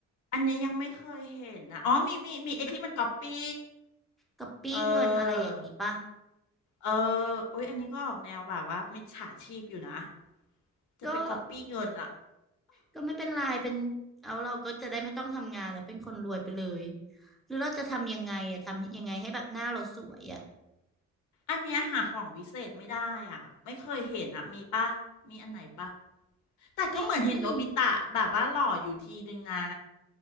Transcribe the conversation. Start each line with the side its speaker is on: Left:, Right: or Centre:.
Left: อันนี้ยังไม่เคยเห็นนะอ๋อมีมีมีไอ้ที่มันก๊อปปี้
Centre: ก๊อปปี้เงินอะไรอย่างนี้ปะ
Left: เออเออโอ้ยอันนี้ก็ออกแนวแบบว่ามิจฉาชีพอยู่นะจะไปก๊อปปี้เงินอะ
Centre: ก็ก็ไม่เป็นไรเป็นเอาเราก็จะได้ไม่ต้องทำงานแล้วเป็นคนรวยไปเลยหรือเราจะทำยังไงอะทำยังไงให้แบบหน้าเราสวยอะ
Left: อันเนี้ยหาของวิเศษไม่ได้อ่ะไม่เคยเห็นอ่ะมีปะมีอันไหนปะแต่ก็เหมือนเห็นโนบิตะแบบว่าหล่ออยู่ทีนึงนะ
Centre: ไม่มี